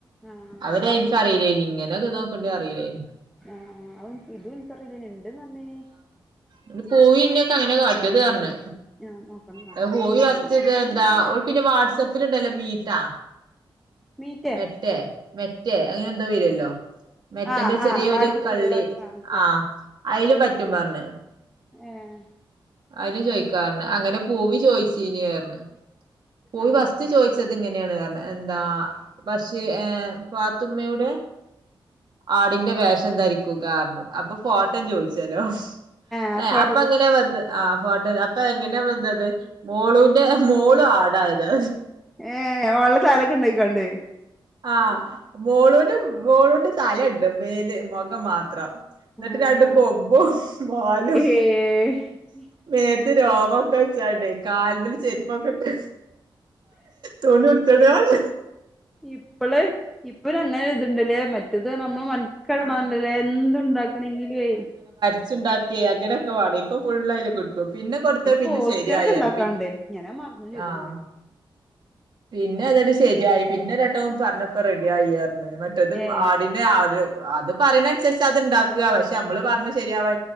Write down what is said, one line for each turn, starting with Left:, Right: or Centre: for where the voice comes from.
Centre: ആഹ്
Right: അതോന്നിൻക്ക് അറീല്ലേനി ഇങ്ങനേ ഒക്കെ ഇത് നോക്ക്ണ്ട്ന്ന് അറീലേനി
Centre: ആഹ് അഹ് അതും ഇതും ഇൻക്കറീലേനി ണ്ട്ന്ന് അറിഞ്ഞിനി
Right: അത് പോയി ഇന്ന്യൊക്കെ അങ്ങനെ കാട്ടിയത് പറഞ്ഞ്
Centre: ആഹ് നോക്കണം ഇന്നാ
Right: അത്
Centre: അവളോട്
Right: പൂവി
Centre: ചോയിച്ചോക്കണം
Right: ഫസ്റ്റ്‌ത്ത എന്താ ഓള് പിന്നെ വാട്ട്സാപ്പിലുണ്ടല്ലോ മീറ്റാ
Centre: മീറ്റേ
Right: മെട്ടേ മെറ്റേ അങ്ങനെ എന്തോ വര്വാല്ലോ മെറ്റന്റെ
Centre: ആഹ്
Right: ചെറിയൊരു
Centre: ആഹ് വാട്സപ്പില്
Right: കള്ളി.
Centre: വാട്സ ആഹ് മനസ്സിലായി
Right: ആ അയിലും പറ്റും പറഞ്ഞ്
Centre: ഏഹ്
Right: അയിലും ചോയിക്കാപറഞ്ഞ് അങ്ങനെ പൂവി ചോയിച്ചിനി പറഞ്ഞ് പൂവി
Centre: ആഹ്
Right: ഫസ്റ്റ്
Centre: ആഹ്
Right: ചോയി വച്ചത് ഇങ്ങനെയാണ് പറഞ്ഞ് എന്താ പക്ഷേ ഏഹ് പാത്തുമ്മയുടെ ആടിന്റെ വേഷം ധരിക്കുകാ പറഞ്ഞു അപ്പ ഫോട്ടം ചോയിച്ചല്ലോ
Centre: ആഹ്
Right: ഏഹ്
Centre: ഫോട്ടോട്ട്
Right: അപ്പോ എങ്ങനെ വന്ന് ആ ഫോട്ടോഗ്രാ ഇപ്പോ എങ്ങനെ വന്നത് മോളുന്റെ മോളു ആടായത്
Centre: ഏഹ് ഓൾടെ താലൊക്കെ ഇണ്ടായിക്കോണ്ടോയി
Right: ആഹ് മോളൂനും മോളൂന്റെ തലണ്ട്. മേല് മൊഖം മാത്രം ഇന്നട്ട്
Centre: ആഹ്
Right: രണ്ട് കൊമ്പും വാലും
Centre: ഏഹ്
Right: മേത്ത്
Centre: അല്ലേ
Right: രോമൊക്കെ വെച്ചാണ്ടെ കാല്മ്പ് ല് ചെരിപ്പൊക്കെട്ട് തുണി ഉട്ത്തുങ്ങാണ്ട് <unintelligible>
Centre: ഇപ്പള് ഇപ്പൊരങ്ങനെ ഇത്ണ്ട്ല്ലേ മറ്റേത് നമ്മള് മ <unintelligible>
Right: ആ
Centre: ണ്ട്ല്ലേ എന്തുണ്ടാക്കണെങ്കിലു ഏയ്
Right: ച്ച് ണ്ടാക്കി അങ്ങനൊക്കെ വാണേയ് ഇപ്പോ ഫുള്ളയില് കിട്ടും. പിന്ന കൊടുത്ത പിന്നെ
Centre: പോസ്റ്ററൊക്കെ
Right: ശെരിയായിറഞ്ഞ്
Centre: ഉണ്ടാക്കാണ്ട്
Right: പി
Centre: ഞാനത് മറന്നും ചെയ്തിരുന്നാല്
Right: ആഹ് പിന്നെ ഏതാലും ശര്യായി. പിന്ന ഒരേട്ടം പറഞ്ഞപ്പ റെഡി ആയിറഞ്ഞ് ട്ടത്
Centre: ഏ
Right: ആടിനെ ആട് അത് പറയിണേ അന്സരിച്ച് അത്ണ്ടാക്ക. പക്ഷേ അമ്മള് പറഞ്ഞ ശരിയാവാ